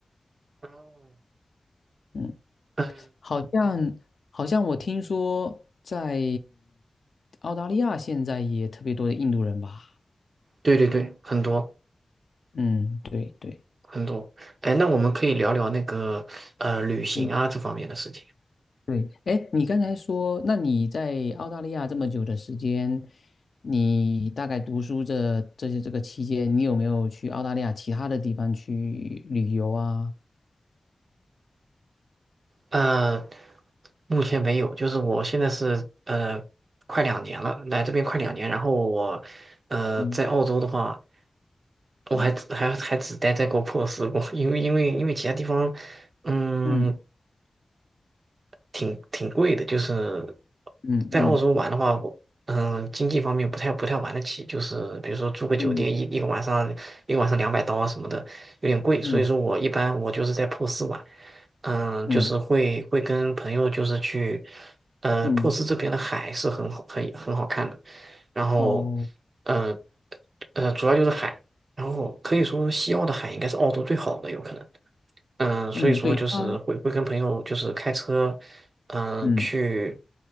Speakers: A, on the right; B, on the left.
A: 哦
B: 嗯，
A: 嗯，
B: 好像好像我听说在澳大利亚现在也特别多的印度人吧？
A: 对对对，很多
B: 嗯，对对。
A: 很多。哎，那我们可以聊聊那个呃旅行啊这方面的事情。
B: 嗯。对，哎，你刚才说，那你在澳大利亚这么久的时间，你大概读书这这些这个期间，你有没有去澳大利亚其他的地方去旅游啊？
A: 呃，目前没有，就是我现在是呃快两年了，来这边快两年，然后我呃在澳洲的话。
B: 嗯
A: 我还只还还只待在过珀斯过，
B: 嗯
A: 因为因为因为其他地方，嗯，
B: 嗯
A: 挺挺贵的，就是
B: 嗯
A: 在澳洲玩的话，我嗯，经济方面不太不太玩得起，就是比如说住个酒店一一个晚上一个晚上两百刀啊什么的，
B: 嗯
A: 有点贵，
B: 嗯嗯
A: 所以说我一般我就是在珀斯玩，嗯，
B: 嗯
A: 就是会会跟朋友就是去，呃珀斯这边的海是很好很很好看的，
B: 嗯，
A: 然后，
B: 哦，
A: 呃呃，主要就是海。然后可以说西澳的海应该是澳洲最好的，
B: 嗯，
A: 有可能。嗯，所以说就是会会跟朋友就是开车，
B: 嗯对他，
A: 嗯，
B: 嗯
A: 去，